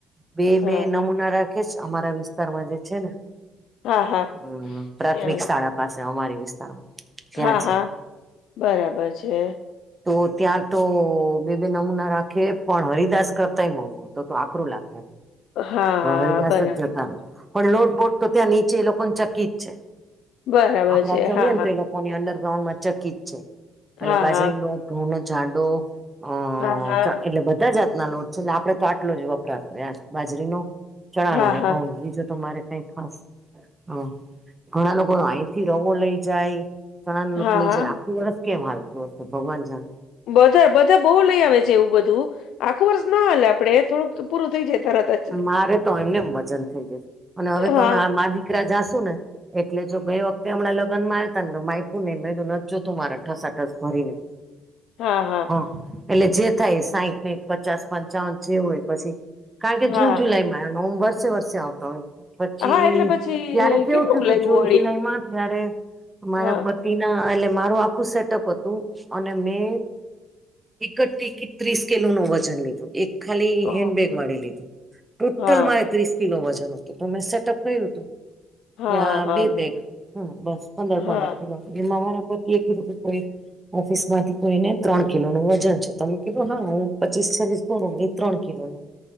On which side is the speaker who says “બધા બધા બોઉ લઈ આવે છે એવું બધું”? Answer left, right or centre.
Left